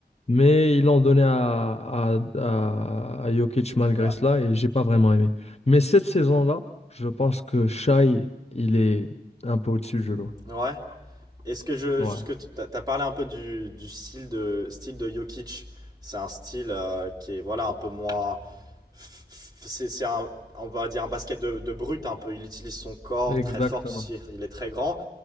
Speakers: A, on the left (about 40°); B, on the right (about 20°).
A: Mais ils l'ont donné à, à, à, à Jokic malgré
B: ouais.
A: cela et j'ai pas vraiment aimé. Mais cette saison-là, je pense que Shai, il est un peu au-dessus du lot.
B: Ouais. Est-ce que je...
A: Ouais,
B: est Jusque, t'as t'as parlé un peu du, du style de, style de Jokic. C'est un style euh, qui est, voilà, un peu moins... c'est c'est un on va dire un basket de, de, brut un peu. Il utilise son corps
A: exactement,
B: très fort parce qu'il est très grand,